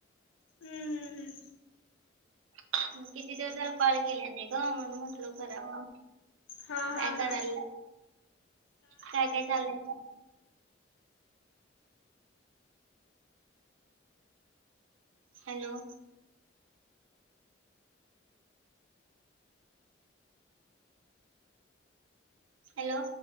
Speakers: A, on the left (about 85°); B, on the right (about 85°).
A: हम्म, हम्म, हम्म.
B: आणि किती दिवस झालं कॉल केला नाही ग. म्हणून म्हटल म्हंटलो करावा.
A: हा
B: काय
A: हा
B: करायला,
A: हा
B: काय काय चालूये? हॅलो. हॅलो.